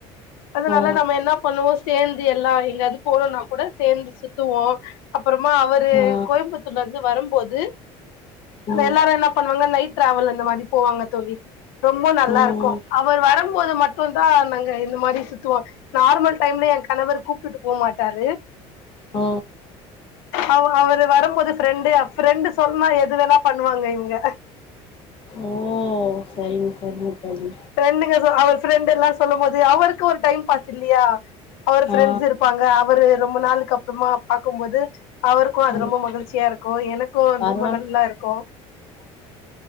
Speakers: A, on the left; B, on the left.
A: அதனால
B: ஓ
A: நம்ம என்னா பண்ணுவோ சேந் து எல்லா எங்கது போனும்னா கூட சேந்து சுத்துவோ அப்புறமா அவரு
B: ஆ
A: கோயம்புத்தூர்ல இருந்து வரும் போது
B: ம்
A: எல்லாரு என்ன பண்ணுவாங்க நைட் டிராவல் அந்த மாதிரி போவாங்க தோழி ரொம்ப நல்லாருக்கு
B: ம்
A: அவரு வரும் போது மட்டுந்தா நாங்க இந்த மாரி சுத்துவோ நார்மல் டைம்ல ஏங் கணவர் கூப்ட்டுட்டு போக மாட்டாரு
B: ஓ
A: அவங்க அவரு வரும்போது ஃப்ரெண்டு ப்ரெண்டு சொன்னா எது வேணா பண்ணுவாங்க இவங்க
B: ஓ சரிங்க சரிங்க தோழி
A: ப்ரெண்டுங்க சொ அவரு ஃப்ரெண்டெல்லா சொல்லு போது அவருக்கு ஒரு டைம் பாஸ் இல்லையா அவர் ஃப்ரெண்ட்ஸ்
B: ஆ
A: இருப்பாங்க அவரு ரொம்ப நாளுக்கு அப்றமா பாக்கும்போது அவருக்கு அது
B: ம்
A: ரொம்ப மகிழ்ச்சியா இருக்கு எனக்கு
B: பரவால்
A: ரொம்ப நல்லா இருக்கு